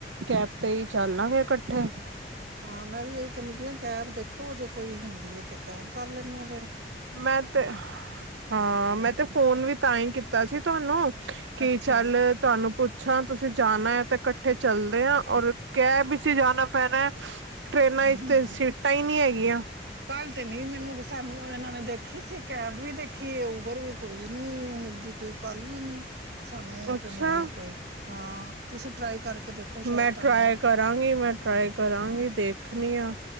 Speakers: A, on the right; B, on the right.
A: ਕੈਬ ਤੇ ਹੀ ਚੱਲਾਂਗੇ ਇਕੱਠੇ
B: ਹਾਂ ਮੈਂ ਵੀ ਇਹੀ ਕਹਿੰਦੀ ਪਈ ਕੈਬ ਦੇ ਦੇਖੋ ਜੇ ਕੋਈ ਹੁੰਦੀ ਹੈ ਤੇ ਕੈਬ ਕਰ ਲੈਂਦੇ ਹਾਂ
A: ਮੈਂ ਤੇ ਹਾਂ ਮੈਂ ਤੇ ਫੋਨ ਵੀ ਤਾਂ ਹੀ ਕੀਤਾ ਸੀ ਤੁਹਾਨੂੰ ਕੀ
B: ਅੱਛਾ
A: ਚੱਲ ਤੁਹਾਨੂੰ ਪੁੱਛ ੱਛਾ ਤੁਸੀਂ ਜਾਣਾ ਹੈ ਤਾਂ ਇਕੱਠੇ ਚੱਲਦੇ ਹ ਔਰ ਕੈਬ ਅ ਜਾਣਾ ਪੈਣਾ ਹੈ ਟ੍ਰੇਨਾਂ
B: ਹੂੰ
A: ਵਿਚ ਤੇ ਸੀਟਾਂ ਹੀ ਨਹੀਂੀ ਹੈਗੀਆਂ
B: ਕੱਲ ਤੇ ਨੀ ਮੈਨੂੰ ਸਾਨੂੰ ਇਹਨਾਂ ਨੇ ਦੇਖੀ ਸੀ ਕੈਬ ਵੀ ਦੇਖੀ ਕਿ ਉਬਰ ਵੀ ਕੋਈ ਨੀ ਮਿਲਦੀ ਪਈ ਕੱਲ ਵੀ ਨੀ ਸਾਨੂੰ
A: ਅੱਛਾ
B: ਤੇ ਮਿਲੀ ਕੋਈ ਹਾਂ ਤੁਸੀਂ ਟਰਾਈ ਕਰਕੇ ਦੇਖੋ ਸ਼ਾਇਦ
A: ਮੈਂ
B: ਤੁਹਾਨੂੰ
A: ਟਰਾਾਈ ਕਰਾਂਗੀ ਮੈਂ ਟਰਾਈ ਕਰਾਂਗੀ ਦੇਖ ਰੱਖਣੀ ਹ